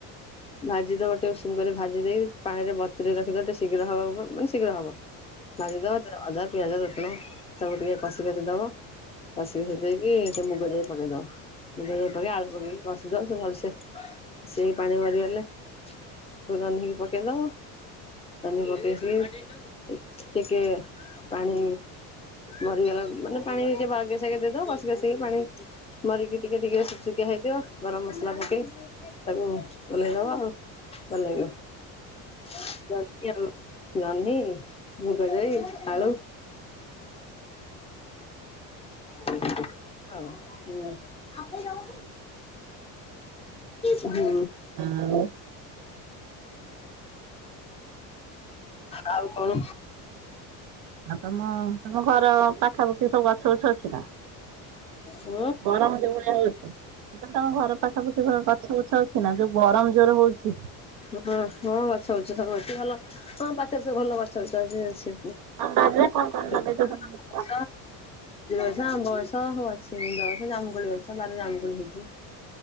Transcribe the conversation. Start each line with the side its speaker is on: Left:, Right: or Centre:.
Left: ଭାଜିଦବ ଟିକେ ଉଷୁମ କରି ଭାଜି ଦେଇକି ପାଣିରେ ବତୁରେଇ ରଖିଦବ ଟିକେ ଶୀଘ୍ର ହବାକୁ ବ ମାନେ ଶୀଘ୍ର ହବ। ବଜି ଦବ ତା ଅଧା ପିଆଜ ରସୁଣ ସବୁ ଟିକେ କଷି କଷି ଦବ। କସି କୁସା ଦେଇକି ସେ ମୁଗ ଯାଇ ପକେଇଦବ। ପକେଇ ଆଳୁ ପକେଇକି କଷି ଦଉ ସେ ଭଲସେ ମିଷେଇକି ପାଣି ମରିଗଲେ ପରେ ଜହ୍ନିକି ପକେଇଦବ ଜହ୍ନି କୁ ପକେଇ କି ଟିକେ ପାଣି ମରିଗଲା ମାନେ ପାଣିିକେ ବାଗ ଦେଇଦବ ବସିକି ବସିକି ପାଣି ମରିକି ଟିକେ ଟିକେ ଯୁକୁ ଯୁକିଆ ହେଇଥିବ ଗରମ ମସଲା ପକେଇ ତାକୁ ଓଲେଇଦବା ଆଉ ଭଲ ଲାଗିବ। ଜହ୍ନି, ମୁଗଜାଇ, ଆଳୁ। ହଉ ହୁଁ
Right: ହ
Left: ହୁଁ
Right: ଆଉ
Left: ଆଉ କଣ?
Right: ଆଉ ତମ ତମ ଘର ପାଖାପାଖି ସବୁ ଗଛ ଗଛ ଅଛି ନା?
Left: ଉଁ
Right: ଗରମ ଯଉ ଭଳିଆ ହଉଛି ତମ ଘର ପାଖାପାଖି ଗଛ ଗଛ ଅଛି। ନା ଯୋଉ ଗରମ ଜୋର ହଉଛି।
Left: ହଁ ହଁ ଗଛ ଗୁଛ ସବୁ ଅଛି ଭଲ ହଁ ପାଖରେ ସବୁ ଭଲ ଗଛ ବଛ ଅଛି।
Right: ତମ ବାରିରେ କଣ କଣ
Left: <unintelligible>
Right: ଲଗେଇଛ ସବୁ ଗଛ?
Left: <inaudible> ଜାମୁକୋଳି ଅଛ ବାରି ରେ ଜାମୁକୋଳି ହେଇଛି।